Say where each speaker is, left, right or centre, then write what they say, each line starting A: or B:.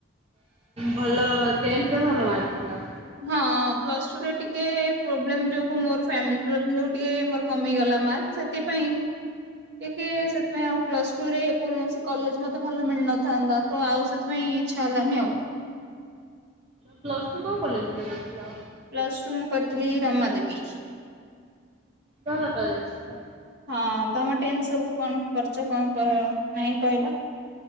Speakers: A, on the right; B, on the right.
A: ଭଲ ଟେନ୍ଥରେ ଭଲ ମାର୍କ ଥିଲା।
B: ହଁ ପ୍ଲସଟୁରେ ଟିକେ ପ୍ରୋବ୍ଲେମ ଯୋଉ ମୋର ଫାମିଲ ପ୍ରୋବ୍ଲେ ଯୋଉ ଟିକେ ମୋର କମିଗଲା ମାର୍କ, ସେଥିପାଇଁ ଟିକେ ସେଥିପାଇଁ ଆଉ ପ୍ଲସ ଟୁ ରେ କୌଣସି କଲେଜ ମତେ ଭଲ ମିଳିନଥାନ୍ତା। କ ଆଉ ସେଥିପାଇଁ ଇଚ୍ଛା ହେଲାନି ଆଉ।
A: ପ୍ଲସ ଟୁ କୋଉ କଲେଜରେ କରିଥିଲ?
B: ପ୍ଲସ ଟୁ ମୁଁ କରିଥିଲି ରମା ଦେବୀ।
A: ଭଲ କଲେଜତ।
B: ହଁ ତମ ଟେନ୍ ସବୁ କଣ କରୁଛ କଣ <unintelligible> ନାଇଁ କହିଲ?